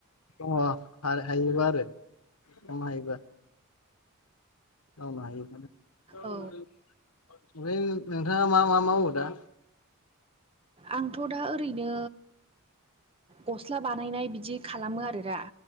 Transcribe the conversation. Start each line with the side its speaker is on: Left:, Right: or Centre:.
Left: दङ हायोबा आरो खालामनो हायोबा मावनो हायो ओमफ्राय
Right: औ
Left: नोंथाङा मा मा मावो दा
Right: आंथ' दा ओरैनो। गस्ला बानायनाय बिदि खालामो आरो दा